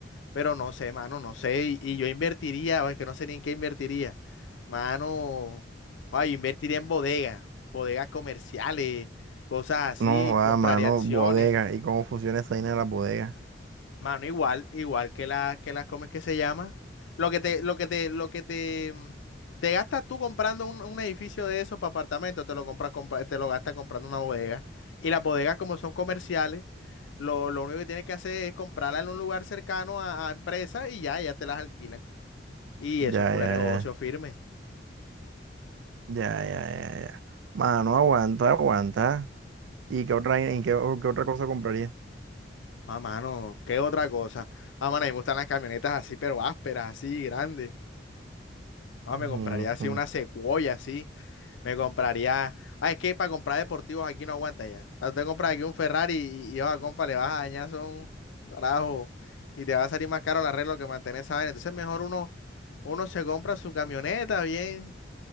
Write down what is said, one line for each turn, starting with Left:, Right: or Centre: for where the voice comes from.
Left: pero no sé, mano, no sé. Y, y yo invertiría, o es que no sé ni en qué invertiría. Mano, ay, yo invertiría en bodegas, bodegas comerciales, cosas así,
Right: No, va,
Left: compraría
Right: mano,
Left: acciones.
Right: bodega, ¿y cómo funciona esa vaina de la bodega?
Left: Mano, igual, igual que la, que la, ¿cómo es que se llama? Lo que te, lo que te, lo que te, mm, te gastas tú comprando un, un edificio de esos para apartamentos, te lo compras, compa- te lo gastas comprando una bodega. Y las bodegas, como son comerciales, lo, lo único que tienes que hacer es comprarla en un lugar cercano a, a empresas y ya, ya te las alquilan. Y
Right: Ya,
Left: eso es culo
Right: ya,
Left: de negocio
Right: ya,
Left: firme.
Right: ya, ya, ya, ya. Mano, aguanta, aguanta. ¿Y qué otra, en qué, o- qué otra cosa compraría?
Left: Ah, mano, ¿qué otra cosa? Ah, mano, a mí me gustan las camionetas así, pero ásperas, así, grandes. Ah,
Right: Ujú.
Left: me compraría así una Sequoia, así. Me compraría. Ah, es que para comprar deportivos aquí no aguanta ya. O sea, usted compra aquí un Ferrari y, y, oh, compa, le vas a dañar son carajo. Y te va a salir más caro el arreglo que mantener esa vaina. Entonces, mejor uno, uno se compra su camioneta bien,